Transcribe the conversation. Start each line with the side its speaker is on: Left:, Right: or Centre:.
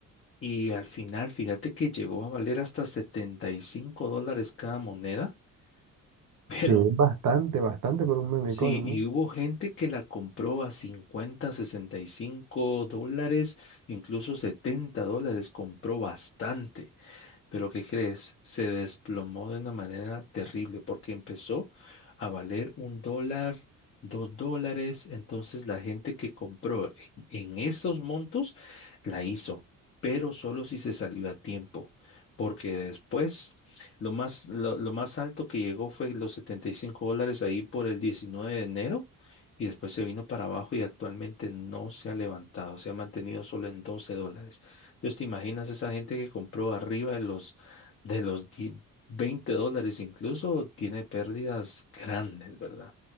Left: y al final, fíjate que llegó a valer hasta 75 dólares cada moneda, <laughs> pero...
Right: que es bastante, bastante por un meme
Left: Sí,
Right: coin,
Left: y
Right: ¿no?
Left: hubo gente que la compró a cincuenta, sesenta y cinco dólares, incluso 70 dólares, compró bastante. Pero ¿qué crees? Se desplomó de una manera terrible porque empezó a valer un dólar, dos dólares. Entonces la gente que compró en, en esos montos la hizo, pero solo si se salió a tiempo. Porque después lo más, lo, lo más alto que llegó fue los 75 dólares ahí por el 19 de enero y después se vino para abajo y actualmente no se ha levantado, se ha mantenido solo en 12 dólares. Entonces, ¿te imaginas esa gente que compró arriba de los, de los di- 20 dólares incluso tiene pérdidas grandes, ¿verdad?